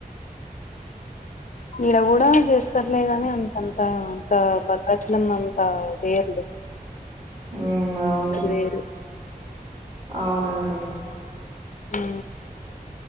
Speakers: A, on the right; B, on the left.
A: <unintelligible>
B: ఈడ కూడా చేస్తారులే గానీ అంతంతా అంత భద్రాచలం అంత చేయర్లే,
A: హు అవును
B: వేరు
A: అవునండి
B: హు